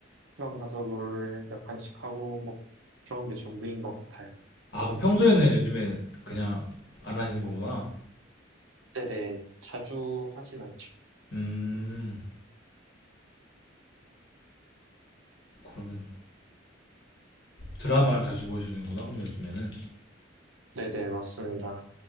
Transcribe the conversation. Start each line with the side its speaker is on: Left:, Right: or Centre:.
Right: 시방 가서 롤 몇 판씩 하고 뭐 그런 게 전부인 것 같아요.
Left: 아, 그럼 평소에는 요즘에 그냥 안 하시는 거구나.
Right: 네네. 자주 하진 않죠.
Left: 음, 그러면 드라마를 자주 보시는구나, 그럼 요즘에는.
Right: 네네, 맞습니다.